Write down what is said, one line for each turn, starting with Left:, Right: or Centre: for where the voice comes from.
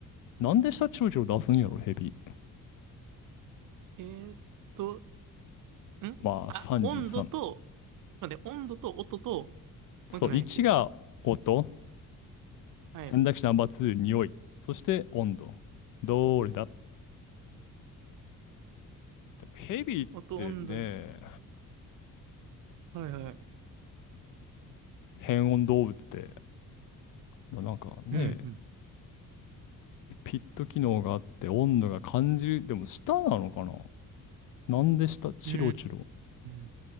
Left: なんで下長チを出すんやろ、ヘビ。
Right: えーっと、んあ、
Left: まあ、33。
Right: 温度と、待って、温度と音と、も
Left: そう、
Right: う一個何やっけ
Left: 1が音。
Right: はい。
Left: 選択肢ナンバー2、匂い。そして温度。どれだでもヘビってね、
Right: 音、温度に。はいはい。
Left: 変温動物って、まあ、なんかね、
Right: うん、うん。
Left: ピット機能があって温度が感じる。でも下なのかななんで下、チロチロ。
Right: うーん。